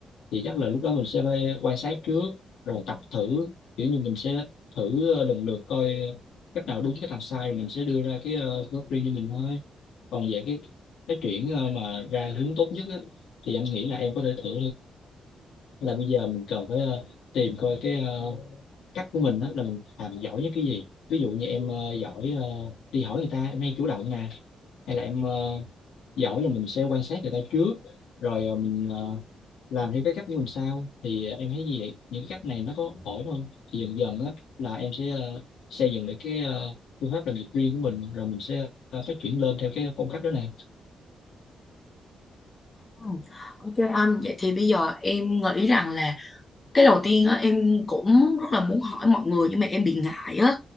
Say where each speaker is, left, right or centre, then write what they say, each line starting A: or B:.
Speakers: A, on the left; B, on the left.
A: thì chắc là lúc đó mình sẽ phải quan sát trước rồi tập thử kiểu như mình sẽ thử ờ, lần lượt coi cách nào đúng cách nào sai rồi mình sẽ đưa ra cái ờ, phương pháp riêng cho mình thôi còn về cái cái chuyện ờ, mà ra hướng tốt nhất á, thì anh nghĩ là em có thể thử là bây giờ mình cần phải ờ, tìm coi cái ờ, cách của mình đó là mình làm giỏi nhất cái gì ví dụ như em ờ, giỏi ờ, đi hỏi người ta em hay chủ động nè hay là em ờ, giỏi là mình sẽ quan sát người ta trước rồi ờ, mình ờ, làm theo cái cách của mình sau thì ờ, em thấy gì vậy? những cái cách này nó có ổn không thì dần dần á là em sẽ ờ, xây dựng được cái ờ, phương pháp làm việc riêng của mình rồi mình sẽ ờ, phát triển lên theo cái phong cách đó nè
B: Ừ. Ok anh, vậy thì bây giờ em nghĩ rằng là cái đầu tiên á em cũng rất là muốn hỏi mọi người nhưng mà em bị ngại á